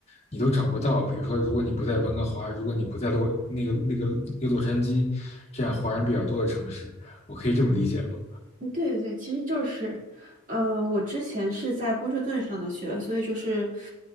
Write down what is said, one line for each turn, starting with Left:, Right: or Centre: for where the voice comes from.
Left: 你都找不到。比如说，如果你不在温哥华，如果你不在洛那个那个那个洛杉矶这样华人比较多的城市，我可以这么理解吗？
Right: 对对对其实就是，呃，我之前是在波士顿上的学，所以就是，